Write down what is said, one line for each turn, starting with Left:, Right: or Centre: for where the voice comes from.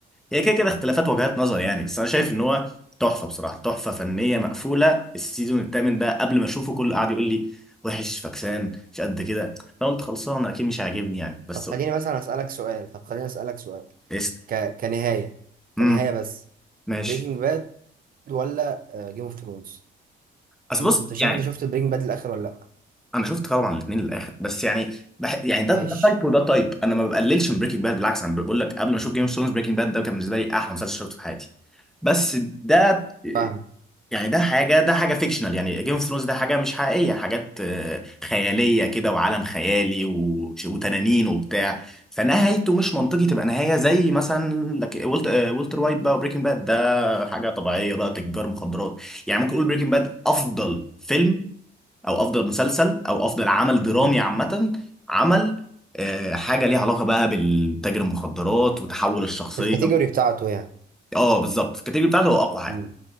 Centre: هي كده كده اختلافات وجهات نظر يعني بس انا شايف ان هو تحفه بصراحه تحفه فنيه مقفوله السيزون الثامن ده قبل ما اشوفه كل قاعد يقول لي وحش فكسان مش قد كده فقلت خلصان اكيد مش هيعجبني يعني بس
Right: طب خليني مثلا اسالك سؤال طب خليني اسالك سؤال
Centre: اس
Right: ك... كنهايه
Centre: امم
Right: كنهايه بس
Centre: ماشي
Right: بريكنج باد ولا جيم اوف ثرونز
Centre: اصل
Right: انت
Centre: بص
Right: شايف
Centre: يعني
Right: انت شفت بريكنج باد الاخر ولا لا
Centre: انا شفت طبعا الاثنين للاخر بس يعني بح... يعني ده
Right: ماشي
Centre: ده تايب وده تايب انا ما بقللش من بريكنج باد بالعكس انا بقول لك قبل ما اشوف جيم اوف ثرونز بريكنج باد ده كان بالنسبه لي احلى مسلسل شفته في حياتي بس ده
Right: فاهم
Centre: يعني ده حاجه ده حاجه فيكشنال يعني جيم اوف ثرونز ده حاجه مش حقيقيه حاجات آه، خياليه كده وعالم خيالي و... وتنانين وبتاع فنهايته مش منطقي تبقى نهايه زي مثلا لك ولت... آه، والتر وايت بقى وبريكنج باد ده حاجه طبيعيه بقى تجار مخدرات يعني ممكن اقول بريكنج باد افضل فيلم او افضل مسلسل او افضل عمل درامي
Right: مم.
Centre: عامه عمل آه، حاجه ليها علاقه بقى بالتاجر المخدرات وتحول الشخصيه
Right: في الكاتيجوري بتاعته يعني
Centre: اه بالظبط الكاتيجوري بتاعته هو اقوى حاجه
Right: مم.